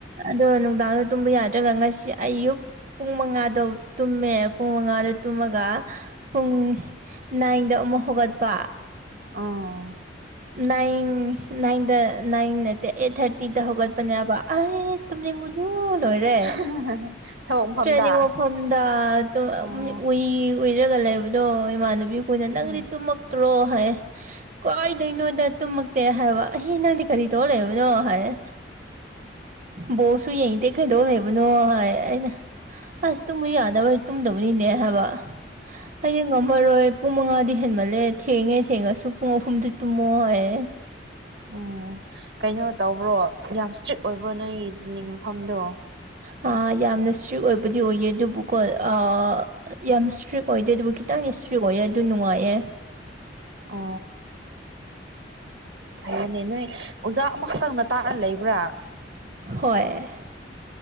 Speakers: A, on the right; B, on the right.
A: ꯑꯗꯣ ꯅꯨꯡꯗꯥꯡꯗꯣ ꯇꯨꯝꯕ ꯌꯥꯗ꯭ꯔꯒ ꯉꯁꯤ ꯑꯌꯨꯛ ꯄꯨꯡ ꯃꯉꯥꯗꯣ ꯇꯨꯝꯃꯦ ꯄꯨꯡ ꯃꯉꯥꯗꯣ ꯇꯨꯝꯃꯒ ꯄꯨꯡ ꯅꯥꯏꯟꯗ ꯑꯃꯨꯛ ꯍꯧꯒꯠꯄ
B: ꯑꯥ
A: ꯅꯥꯏꯟ ꯅꯥꯏꯟꯗ ꯅꯥꯏꯟ ꯅꯠꯇꯦ ꯑꯩꯠ ꯊꯥꯔꯇꯤꯗ ꯍꯧꯒꯠꯄꯅꯦꯕ ꯑꯩ ꯇꯨꯝꯅꯤꯡꯕꯨꯗꯨꯨ ꯂꯣꯏꯔꯦ
B: <unintelligible> ꯃꯐꯝꯗ
A: ꯇ꯭ꯔꯦꯟꯅꯤꯡ ꯃꯐꯝꯗ ꯑꯗꯨꯝ
B: ꯑꯣ
A: ꯎꯨꯢꯔꯥ ꯎꯨꯢꯔꯒ ꯂꯩꯕ ꯑꯗꯣ ꯏꯃꯥꯟꯅꯕꯤ ꯑꯩꯈꯣꯏꯅ
B: ꯎꯝ
A: ꯅꯪꯗꯤ ꯇꯨꯝꯃꯛꯇ꯭ꯔꯣ ꯍꯥꯏ ꯀꯥꯏꯏꯡꯗꯣꯏꯩꯅꯣꯗ ꯇꯨꯝꯃꯛꯇꯦ ꯍꯥꯏꯕ ꯑꯍꯤ ꯅꯪꯗꯤ ꯀꯔꯤ ꯇꯧꯔ ꯂꯩꯕꯅꯣ ꯍꯥꯏꯌꯦ꯫ ꯕꯣꯜꯁꯨ ꯌꯦꯡꯗꯦ ꯀꯩꯗꯧ ꯂꯩꯕꯅꯣ ꯍꯥꯏ ꯑꯩꯅ ꯑꯁ ꯇꯨꯝꯕ ꯌꯥꯗꯕꯧ ꯇꯨꯝꯗꯕꯅꯤꯅꯦ ꯍꯥꯏꯕ ꯍꯌꯦꯡ ꯉꯝꯃꯔꯣꯏ꯫ ꯄꯨꯡ ꯃꯉꯥꯗꯤ ꯍꯦꯟꯃꯜꯂꯦ ꯊꯦꯡꯉꯦ ꯊꯦꯡꯉꯁꯨ ꯄꯨꯡ ꯑꯍꯨꯝꯗꯤ ꯇꯨꯝꯃꯣ ꯍꯥꯏꯌꯦ꯫
B: ꯎꯝ ꯀꯩꯅꯣ ꯇꯧꯕ꯭ꯔꯣ꯫ ꯌꯥꯝ ꯏꯁꯇ꯭ꯔꯤꯛ ꯑꯣꯏꯕ꯭ꯔꯣ ꯅꯣꯏꯒꯤ ꯗ꯭ꯔꯤꯅꯤꯡ ꯃꯐꯝꯗꯣ꯫
A: ꯍꯥ ꯌꯥꯝꯅ ꯏꯁꯇ꯭ꯔꯤꯛ ꯑꯣꯏꯕꯗꯤ ꯑꯣꯏꯌꯦ ꯑꯗꯨꯕꯨꯀꯣ ꯑꯥ ꯌꯥꯝ ꯏꯁꯇ꯭ꯔꯤꯛ ꯑꯣꯏꯗꯦ ꯑꯗꯨꯕꯨ ꯈꯤꯇꯪꯗꯤ ꯏꯁꯇ꯭ꯔꯤꯛ ꯑꯣꯏꯌꯦ ꯑꯗꯨ ꯅꯨꯡꯉꯥꯏꯌꯦ꯫
B: ꯑꯣ꯫ ꯐꯔꯦꯅꯦ ꯅꯣꯏ ꯑꯣꯖꯥ ꯑꯃꯈꯛꯇꯪꯅ ꯇꯥꯛꯔ ꯂꯩꯕ꯭ꯔꯥ꯫
A: ꯍꯣꯏ꯫